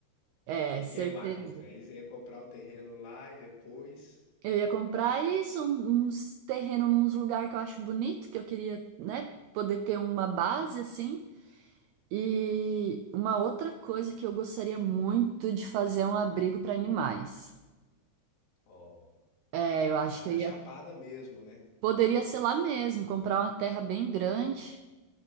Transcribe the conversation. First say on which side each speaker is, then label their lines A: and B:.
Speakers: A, on the right; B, on the left.
A: É,
B: E
A: certeza.
B: que mais? Aí você ia comprar o terreno lá e depois.
A: Eu ia comprar isso, um- uns terrenos, uns lugares que eu acho bonito, que eu queria, né, poder ter uma base assim. E uma outra coisa que eu gostaria muito de fazer é um abrigo para animais.
B: Ó.
A: É, eu acho
B: Já
A: que
B: na
A: eu ia,
B: Chapada mesmo, né?
A: poderia ser lá mesmo, comprar uma terra bem grande.